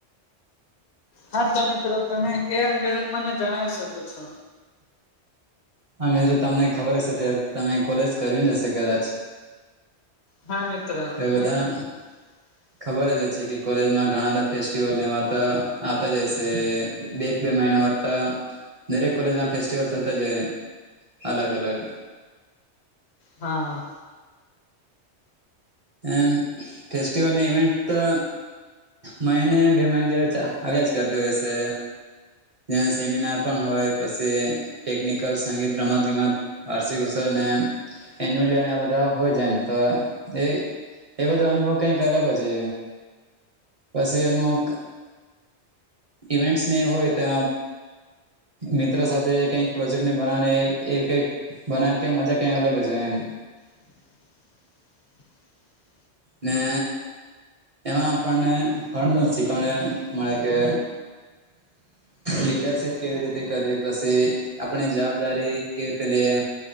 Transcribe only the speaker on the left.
હા તો મિત્રો તમે એ અંગે મને જણાવી શકો છો.
હા મિત્ર
મે
<inaudible>
હા હા.
<inaudible>